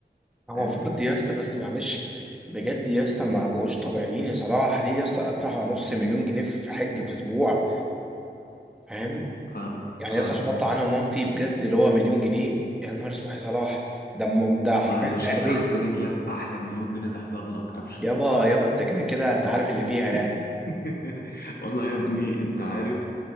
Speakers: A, in the centre; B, on the left.
A: هو
B: فاهم
A: فرد يا اسطى بس معلش بجد يا اسطى ما بقوش طبيعيين يا صلاح ليه يا اسطى ادفع على نص مليون جنيه في حج في اسبوع فاهم
B: فاهم
A: يعني
B: فاهم
A: يا اسطى عشان اطلع انا ومامتي بجد اللي هو مليون جنيه يا نهار اسود يا صلاح ده م- ده
B: والله
A: حرفيا
B: يا باشا
A: سعر
B: تحت
A: بيت
B: رجلك احلى مليون جنيه تحضر لك ابشر
A: يابا يابا انت كده كده انت عارف اللي فيها
B: <laughs>
A: يعني
B: والله يا ابني انت عارف